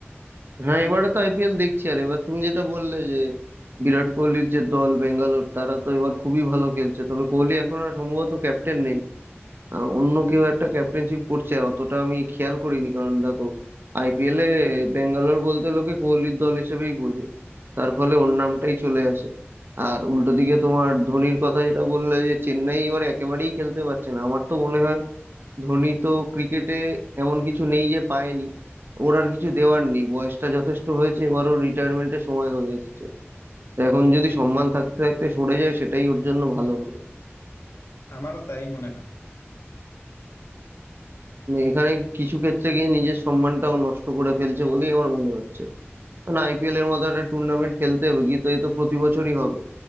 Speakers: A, on the right; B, on the left.
A: হ্যাঁ এবারে তো আইপিএল দেখছি আর এবার তুমি যেটা বললে যে বিরাট কোহলির যে দল বেঙ্গালোর তারা তো এবার খুবই ভালো খেলছে তবে কোহলি এখন আর সম্ভবত ক্যাপ্টেন নেই আহ, অন্য কেউ একটা ক্যাপ্টেনশিপ করছে অতটা আমি খেয়াল করিনি কারণ দেখো আইপিএলে বেঙ্গালোর বলতে লোকে কোহলির দল হিসেবেই বোঝে তার ফলে ওর নামটাই চলে আসে আর উল্টো দিকে তোমার ধোনির কথা যেটা বললে যে চেন্নাই এবার একেবারেই খেলতে পারছে না আমার তো মনে হয় ধোনি তো ক্রিকেটে এমন কিছু নেই যে পায়নি ওর আর কিছু দেওয়ার নেই বয়সটা যথেষ্ট হয়েছে এবার ওর রিটায়ারমেন্টের সময় হয়ে এসেছে তো এখন যদি সম্মান থাকতে থাকতে সরে যায় সেটাই ওর জন্য ভালো হবে
B: আমারও তাই মনে হয়
A: মানে এখানে কিছু ক্ষেত্রে গিয়ে নিজের সম্মানটাও নষ্ট করে ফেলছে বলেই আমার মনে হচ্ছে কারণ আইপিএল এর মতো একটা টুর্নামেন্ট খেলতে হবে গিয়ে তো এ তো প্রতি বছরই হবে